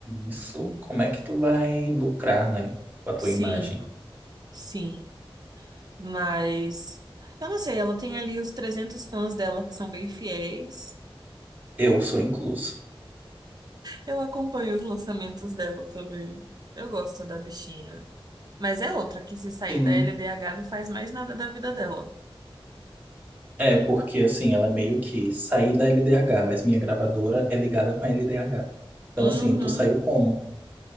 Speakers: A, on the right; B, on the right.
A: isso, como é que tu vai lucrar, né? Com a tua
B: Sim,
A: imagem?
B: sim. Mas eu não sei, ela tem ali os 300 fãs dela que são bem fiéis.
A: Eu sou incluso.
B: Eu acompanho os lançamentos dela também. Eu gosto da bichinha. Mas é outra que se sair
A: Sim.
B: da LDH não faz mais nada da vida dela.
A: É, porque, assim, ela é meio que saí da LDH, mas minha gravadora é ligada com a LDH. Então,
B: Uhum,
A: assim, tu saiu como?